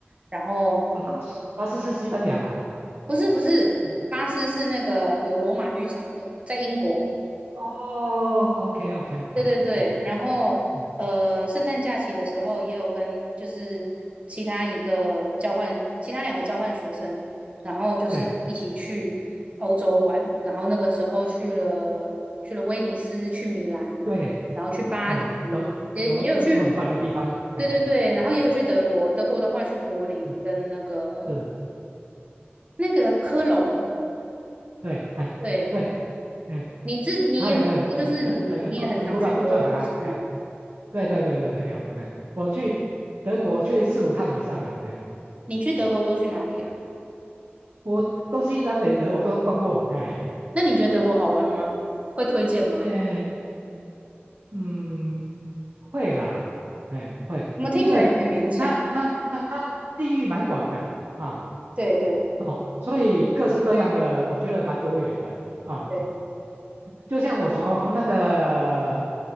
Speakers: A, on the right (about 30°); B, on the right (about 65°).
A: 然后
B: 巴斯，巴斯是西班牙嘛？
A: 不是不是，
B: 是吗？
A: 巴斯是那个有罗马浴场的，在英国。
B: 哦，OK OK，
A: 对对对，
B: 好，嗯
A: 然后呃，
B: 嗯，
A: 圣诞假期的时候也有跟就是其他一个交换，其他两个交换学生，然后就是一起去欧洲玩，
B: 对
A: 然后那个时候去了去了威尼斯，去米兰，
B: 对，
A: 然后去巴黎，
B: 哦，都都都都很棒的地方，
A: 也也有去，对对对，
B: 哎，
A: 然后也有去德国，德国的话去柏林跟那个
B: 嗯是，
A: 那个科隆，
B: 对，哎对，
A: 对。
B: 哎，
A: 你自你也就是你你也很常去德国是吗？
B: 它有个很很很很很古很古老的教堂啊，哎，对对对对对，有，哎，我去德国去四五趟以上了，哎，
A: 你去德国都去哪里啊？
B: 我东西南北德我都逛过，哎
A: 那你觉得德国好玩吗？会推荐吗？
B: 哎嗯，会啦，哎，会，
A: 怎么听起来有点勉强？
B: 我因为它它它它地域蛮广的啊
A: 对对
B: 哦，所以各式各样的，我觉得蛮多元的啊。
A: 对
B: 就像我从那个，